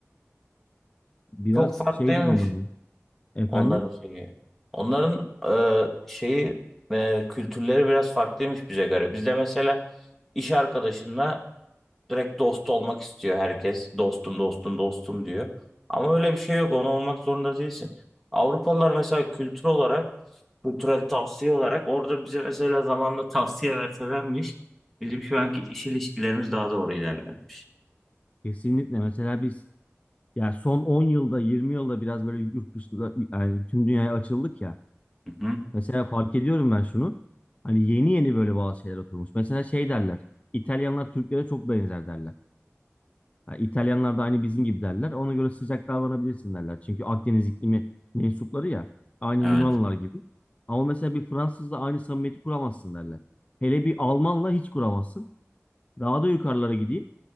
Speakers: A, on the left; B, in the centre.
A: biraz
B: çok farklıymış.
A: şey durumları. Efendim?
B: Onların şeyi. Onların e, şeyi e, kültürleri biraz farklıymış bize göre. Bizde mesela iş arkadaşınla direkt dost olmak istiyor herkes. Dostum, dostum, dostum diyor. Ama öyle bir şey yok. Onu olmak zorunda değilsin. Avrupalılar mesela kültür olarak, kültürel tavsiye olarak orada bize mesela zamanla tavsiye verselermiş, bizim şu anki iş ilişkilerimiz daha doğru ilerlermiş.
A: Kesinlikle. Mesela biz ya son 10 yılda 20 yılda biraz böyle yurt dışında yani tüm dünyaya açıldık ya.
B: Hı hı.
A: Mesela fark ediyorum ben şunu. Hani yeni yeni böyle bazı şeyler oturmuş. Mesela şey derler. İtalyanlar Türklere çok benzer derler. Ha, İtalyanlar da aynı bizim gibi derler. Ona göre sıcak davranabilirsin derler. Çünkü Akdeniz iklimi mensupları ya. Aynı
B: Evet.
A: Yunanlılar gibi. Ama mesela bir Fransızla aynı samimiyeti kuramazsın derler. Hele bir Almanla hiç kuramazsın. Daha da yukarılara gideyim.